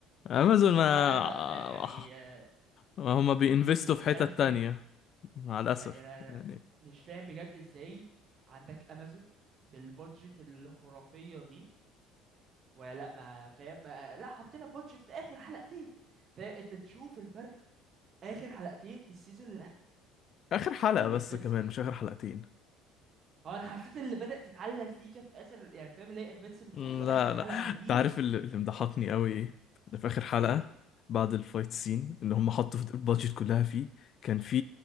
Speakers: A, on the left (about 50°); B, on the right (about 45°).
A: امازون
B: يعني ما شاء
A: ما
B: الله أم... آه، يعني آه،
A: ما هما بينفستوا
B: يعني
A: في
B: مش
A: حتت
B: عارف ازاي
A: تانية مع الاسف
B: يعني انا أنا
A: يعني
B: مش فاهم بجد ازاي عندك امازون بالبادجت الخرافيه دي ولا لا ما فاهم ما لا حطينا بادجت في اخر حلقتين فاهم انت تشوف الفرق اخر حلقتين في السيزون
A: اخر حلقه
B: الاخير
A: بس كمان مش اخر حلقتين
B: اه انا حسيت اللي بدأت تتعلق سيكا في اخر يعني فاهم اللي هي انفنسبل
A: لا
B: وور واخر حلقة
A: لا
B: دي
A: انت عارف اللي اللي مضحكني قوي ايه ده في اخر حلقه
B: ايه
A: بعد الفايت سين اللي هم حطوا في البادجت كلها فيه كان في